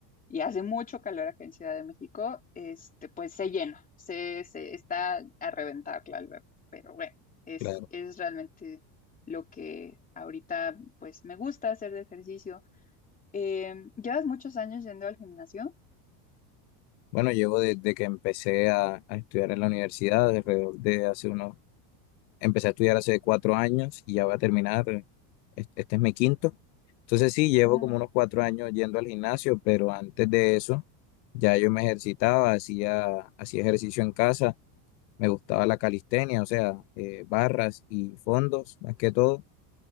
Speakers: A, on the left (about 15°); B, on the left (about 80°).
A: y hace mucho calor acá en Ciudad de México, este, pues se llena, se, se está a reventar la alberca, pero bueno, es,
B: claro.
A: es realmente lo que ahorita pues me gusta hacer de ejercicio. Eh, ¿llevas muchos años yendo al gimnasio?
B: Bueno, llevo desde que empecé a, a estudiar en la universidad, alrededor de hace unos Empecé a estudiar hace cuatro años y ya voy a terminar. es- Este es mi quinto. Entonces sí, llevo
A: Mm.
B: como unos cuatro años yendo al gimnasio, pero antes de eso ya yo me ejercitaba, hacía, hacía ejercicio en casa, me gustaba la calistenia, o sea, eh, barras y fondos más que todo,